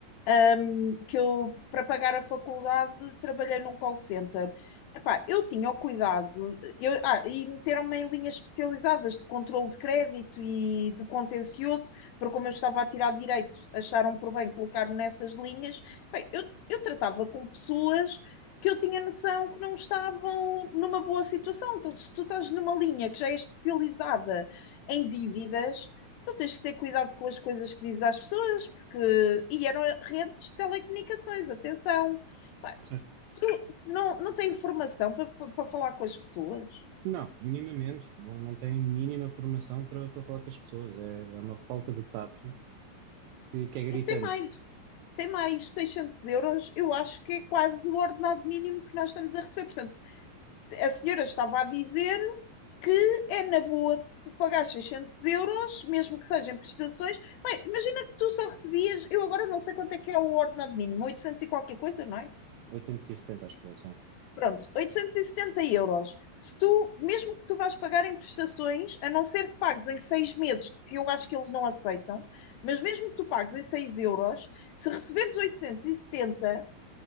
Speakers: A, on the left; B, on the right.
A: hum, que eu, para pagar a faculdade, trabalhei num call center. Epá, eu tinha o cuidado, eu, ah, e meteram-me em linhas especializadas de controle de crédito e de contencioso, porque como eu estava a tirar direito, acharam por bem colocar-me nessas linhas. Bem, eu, eu tratava com pessoas que eu tinha noção que não estavam numa boa situação. Então, se tu estás numa linha que já é especializada em dívidas, tu tens que ter cuidado com as coisas que dizes às pessoas, porque. E eram redes de telecomunicações, atenção. Pá,
B: Certo?
A: Tu não, não tens informação para, fa- para falar com as pessoas?
B: Não, minimamente. Não, não tem mínima formação para, para falar com as pessoas. É, é uma falta de tato que, que é gritante.
A: E tem mais. tem mais 600 euros, eu acho que é quase o ordenado mínimo que nós estamos a receber. Portanto, a senhora estava a dizer que é na boa tu pagar 600 euros, mesmo que sejam prestações. Bem, imagina que tu só recebias, eu agora não sei quanto é que é o ordenado mínimo, 800 e qualquer coisa, não é?
B: oitocentos e setenta, acho que eu,
A: Pronto, 870 euros. Se tu, mesmo que tu vás pagar em prestações, a não ser que pagues em seis meses, que eu acho que eles não aceitam, mas mesmo que tu pagues em 6 euros, se receberes 870,